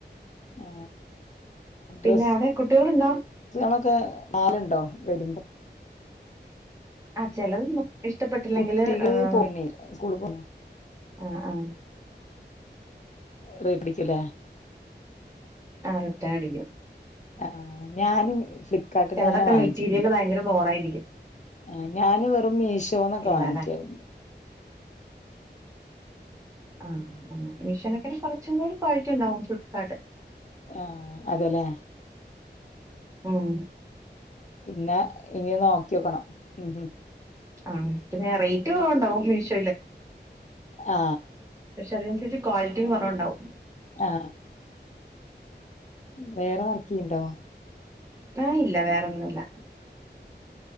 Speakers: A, on the left; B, on the right.
A: ആ
B: പിന്നെ
A: ഡ്ര ഡസുകളൊക്കെ
B: അവിടെ കുട്ടികളുണ്ടോ
A: നാലുണ്ടോ വരുമ്പോ
B: ആ് ചെിലത ഇഷ്ടപ്പെട്ടില്ലെങ്കില്
A: കുട്ടികൾ
B: ആഹ
A: പോണേ സ്കൂള് പോണോ
B: ആഹ
A: റ പിടിക്കലേ
B: ആ റിട്ടൻ അടിക്കും
A: ആ ഞാനും ഫ്ലിപ്കാർട്ട്ന്നും
B: ചെലതൊക്കെ
A: അങ്ങനെ വാങ്ങിച്ചിട്ടില്ല
B: മെറ്റീരിയല് ഭയങ്കര ബോറായിരിക്കും
A: ആ ഞാന് വെറും മീഷോന്നൊക്കെ
B: ഇല്ലാല്ലെ
A: വാങ്ങിക്കാറുണ്ട്
B: ആ മിഷോനൊക്കന്നെ കൊറച്ചും കൂടി ക്വാളിറ്റി ഉണ്ടാവും ഫ്ലിപ്കാർട്ട്
A: ആഹ അതെല്ലേ
B: ഉം
A: പിന്നെ ഇനി നോക്കിോക്കണം ഉ
B: ആ പിന്നെ റേറ്റ് കുറവുണ്ടാവും മീഷോയില്
A: ആ
B: പക്ഷെ അതിനനുസരിച്ച് ക്വാളിറ്റിയും കുറവുണ്ടാവും
A: ആ വേറെ വർക്ക് ചെയ്യ്ണ്ടോ
B: ആ ഇല്ല വേറെന്നിനുല്ല